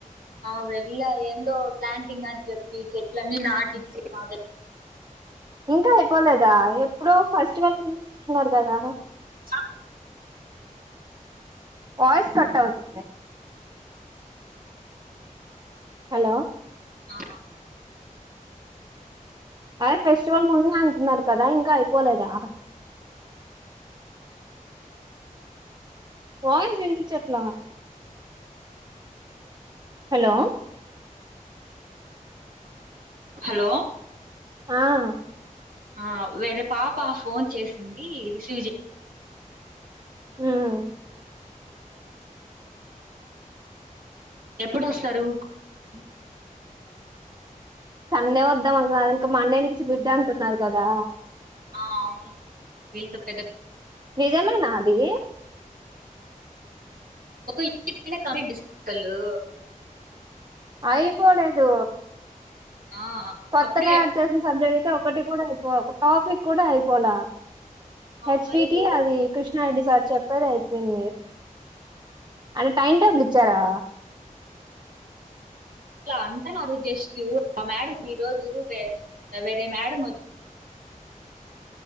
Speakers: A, on the right; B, on the right.
A: ఆ వెళ్ళ ఏందో ప్లాంటింగ్ అని చెప్పి చెట్లన్నీ నాటిచ్చ మాద
B: ఇంకా అయిపోలేదా ఇప్పుడు ఫస్ట్వల్ ముంద అంటున్నారు కదా
A: చె
B: వయిస్ కట్ అవుతు హలో
A: ఆ
B: అదే ఫెస్టివల్ ముందు అంటున్నారు కదా ఇంకా అయిపోలేదా వాయిస్ వినిపించట్లా హలో
A: హలో
B: ఆ
A: ఆ వేరే పాప ఫోన్ చేసింది రిసీవ్ చే
B: ఉమ్
A: ఎప్పుడు ఒస్తారు
B: అ సండే వద్దాం అనుకున్నా ఇంకా మండే నుంచి మిడ్ అంటున్నారు కదా
A: ఆ అవును వీళ్ళతో పెద్ద
B: నిజమేనా అది
A: ఒక యూని న కంప్లీట్ ఇస్తలు
B: అయిపోలేదు
A: ఆ
B: కొత్తగా
A: అప్పుడే
B: యాడ్ చేసిన స ఒకటి కూడా అయిపోల ఒక టాపిక్ కూడా అయిపోల
A: ఆ,
B: హెచ్
A: మరి
B: డిటి
A: ఓ
B: అది కృష్ణ రెడ్డి సార్ చెప్పేది అయిపోయింది అది టైం టేబుల్ ఇచ్చారా
A: అలా అంటున్నారు జస్ట్ మా మేడం ఈ రోజు వేరే మేడం వచ్చి